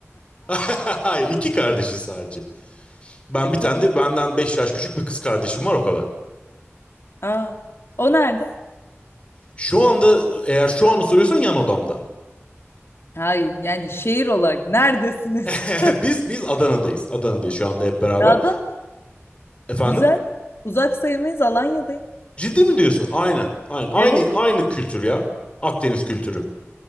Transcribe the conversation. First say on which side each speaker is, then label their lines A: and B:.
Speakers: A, on the left; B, on the left.
A: <laughs> Hayır iki kardeşi sadece. Ben
B: E
A: bir
B: tamam.
A: tane de benden 5 yaş küçük bir kız kardeşim var o kadar.
B: Aa, o nerede?
A: Şu anda eğer şu anı soruyorsan yan odamda.
B: Hayır yani şehir olarak neredesiniz?
A: <laughs>
B: <laughs>
A: Biz biz Adana'dayız. Adana'dayız şu anda hep beraber.
B: Ya da
A: Efendim?
B: güzel. Uzak sayılmayız Alanya'dayım.
A: Ciddi mi diyorsun? Aynen. Aynen. Aynı
B: Evet.
A: aynı kültür ya. Akdeniz kültürü.